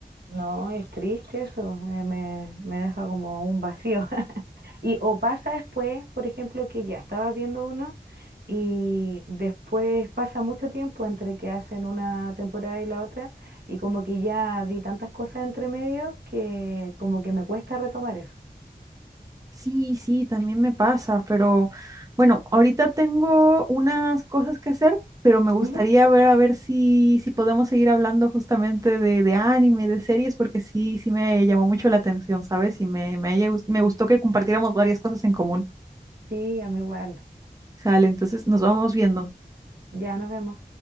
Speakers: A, on the right; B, on the right.
A: No, es triste eso. eh, me, me deja como un vacío. <laughs> Y o pasa después, por ejemplo, que ya estabas viendo uno y después pasa mucho tiempo entre que hacen una temporada y la otra y como que ya vi tantas cosas entre medio que como que me cuesta retomar eso.
B: Sí, sí, también me pasa, pero bueno, ahorita tengo unas cosas que hacer, pero me gustaría
A: Ujú.
B: ver a ver si, si podemos seguir hablando justamente de, de anime, de series, porque sí, sí me llamó mucho la atención, ¿sabes? Y me, me, haya gust- me gustó que compartiéramos varias cosas en común.
A: Sí, a mí igual.
B: Sale, entonces nos vamos viendo.
A: Ya nos vemos.